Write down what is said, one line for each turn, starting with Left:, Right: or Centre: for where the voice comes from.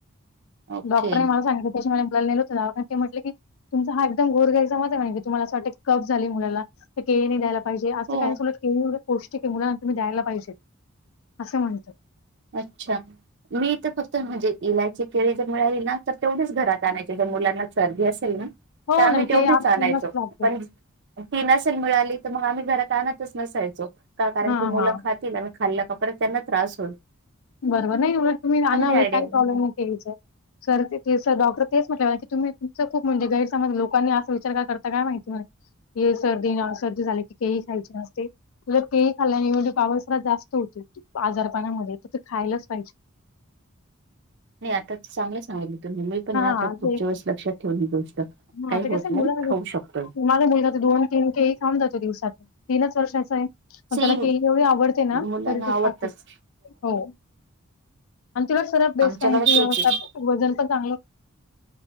Right: ओके.
Left: डॉक्टरने मला सांगितलं त्याच्या मला मुला ने हो ते म्हटलं की तुमचा हा एकदम घोर घयचाच मत आहे नाही की तुम्हाला असं वाटत कप झाली मुला तर के द्यायला. पाहिजे असं
Right: हो.
Left: काहीत पौष्टिक मुलांना त मी द्यायला पाहिजेत असं म्हणत.
Right: अच्छा, मी तर फक्त म्हणजे इलायची. केळी जर मिळाली ना तर, तेवढेच घरात आणायचे जर मुलांना सर्दी असेल ना.
Left: हो
Right: तर आम्ही
Left: ना,
Right: तेवढीच
Left: केळी आत
Right: आणायचो
Left: मस्त लागते.
Right: पण ती नसेल मिळाली तर मग आम्ही घरात आणतच नसायचो कारण
Left: हां,
Right: की मुलं
Left: हां.
Right: खातील आणि खाल्ल्या कपड त्यांना त्रास होईत.
Left: बरोबर नाही एवढं तुम्ही रा
Right: आयडिया
Left: काही
Right: आहे.
Left: प्रॉब्लेम नाही यायच्या. सर ते डॉक्टर तेच म्हटलं की, तुम्ही खूप म्हणजे गैरसमाज लोकांनी असा विचार का करताय माहिती. हे सर्दी सर्दी झाली की, केळी खायची नसते. त तेही खाल्ल्यानेवजे पावस जास्त होते आजार पाणामध्ये तर ते खायलाच पाहिजे.
Right: नाही आता ते चांगलं सांगले. तर मेही पण
Left: हां,
Right: आता पुढच्या
Left: ते
Right: वेळेस लक्षात ठेऊून ही गोष्ट
Left: हां,
Right: काही
Left: ते
Right: होत
Left: कसं आहे
Right: नाही
Left: मुलांना
Right: खाऊ शकतोय.
Left: माझा मुलगा त दोन तीन के एक थांब जातो दिवसातून तीनच वर्ष असं आहे. मग
Right: सेम
Left: त्याला केळी एवढी आवडते ना,
Right: मुलांना
Left: तरी तो
Right: आवडतच.
Left: खातो हो. आणि तिला सर्वात बेस्ट
Right: आमच्याकडे
Left: कारण की
Right: तेच आहे
Left: वजन पण चांगले